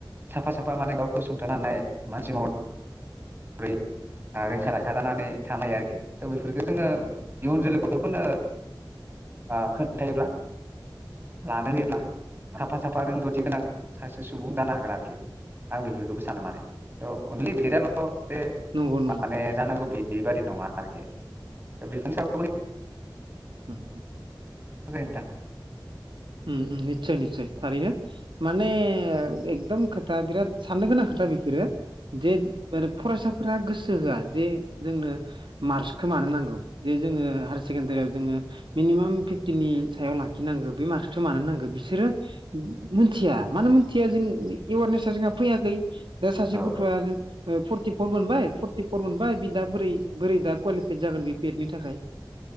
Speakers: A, on the right (about 25°); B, on the right (about 75°).
A: साफा साफा माने गावखौ सुंथानो हानाय मानसि मह रै रोंखा राखा जानानै थानो हायो आरोखि थ' बेफोरखौ जोङो इयुन जोलै गथ'फोरनो ओ खोन्थायोब्ला लानो होयोब्ला साफा साफा रोंगौथि गोनां सासे सुबुं जानो हागोन आरोखि आं बेफोरखौबो सानो माने थ' अनलि बि एद आल ' <inaudible> बे
B: नंगौ नंगौ
A: माने जानांगौ बे बेबादि नङा आरोखि दा बेफोरनि सा <unintelligible>
B: उम।
A: मोजां नोंथां।
B: ओम ओम निस्सय निस्सय थारैनो माने एकदम खोथा बिराद साननो गोनां खोथा बेफोरो जे आरो फरायसाफोरा गोसो होआ जे जोंनो मार्कसखौ मानो नांगौ जे जोङो हायार सेकेण्डारियाव जोङो मिनिमाम फिफ्टिनि सायाव लाखिनांगौ बे मार्कस मानो नांगौ बिसोरो मिथिया मानो मोनथिया जों एवारनेसा जोंहा फैयाखै दा सासे
A: औ
B: गथ'आ आरो फरटिफर मोनबाय फरटिफर मोनबाय बि दा बोरै बोरै दा क्वालिफाइद जागोन बे बि एड नि थाखाय?